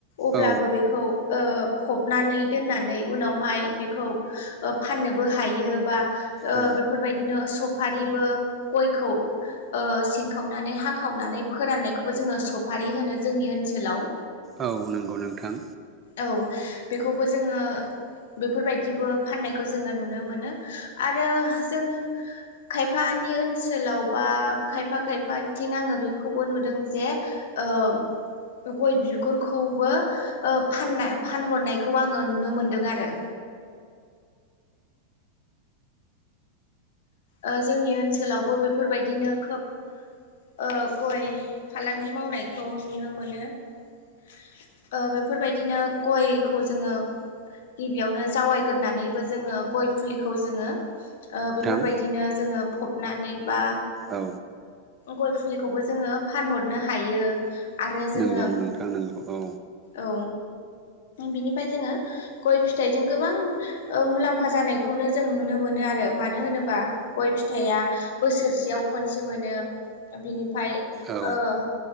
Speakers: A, on the left (about 55°); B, on the right (about 25°).
A: अब्लाबो
B: औ
A: बेखौ ओ फबनानै दोननानै उनावहाय बेखौ ओ फाननोबो हायो बा
B: औ
A: बेफोरबायदिनो सफारिबो गयखौ ओ सिंखावनानै हाखावनानै फोराननायखौबो जोङो सफारि होनो जोंनि ओनसोलाव
B: औ नंगौ नोंथां
A: औ बेखौबो जोङो बेफोरबायदि बो फाननायखौ जोङो नुनो मोनो आरो जों खायफानि ओनसोलाव बा खायफा खायफाथिं आङो बेखौबो नुदों जे ओं गय बिगुरखौबो ओ फाननाय फानहरनायखौ आङो नुनो मोनदों आरो ओ जोंनि ओनसोलावबो बेफोरबायदिनो खोब ओ गय फालांगि मावनायखौ नुनो मोनो ओ बेफोरबायदिनो गयखौ जोङो गिबियावनो जावायग्रानैबो जोङो गय फुलिखौ जोङो ओ
B: नोंथां
A: बेफोरबायदिनो जोङो फबनानै ओ बा
B: औ
A: गय फुलिखौबो जोङो फानहरनो हायो आरो जोङो
B: नंगौ नोंथां नंगौ औ
A: औ बिनिफ्राय जोङो गय फिथाइजों गोबां ओ मुलाम्फा जानायखौनो जों नुनो मोनो आरो मानो होनोबा गय फिथाइया बोसोरसेयाव खनसे मोनो बिनि बाय ओमफाय
B: औ
A: ओ